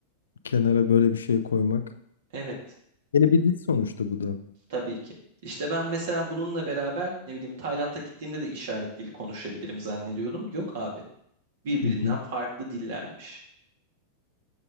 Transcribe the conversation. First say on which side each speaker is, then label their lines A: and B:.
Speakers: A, on the left (about 70°); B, on the right (about 55°).
A: kenara böyle bir şey koymak.
B: Evet,
A: Yine bir dil sonuçta bu da.
B: tabii ki. İşte ben mesela bununla beraber ne bileyim Tayland'a gittiğimde de işaret dili konuşabilirim zannediyordum. Yok abi. Birbirinden
A: Hı hı.
B: farklı dillermiş.